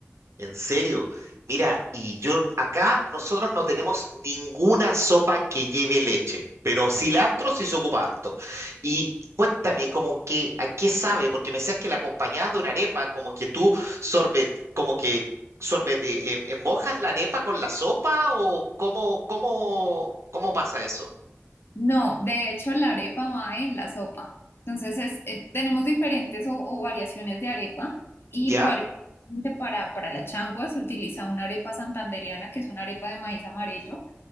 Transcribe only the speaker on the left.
No, de hecho la arepa va en la sopa. Entonces es, eh, tenemos diferentes o, o variaciones de arepa y
par- para, para, la changua se utiliza una arepa santandereana que es una arepa de maíz amarillo.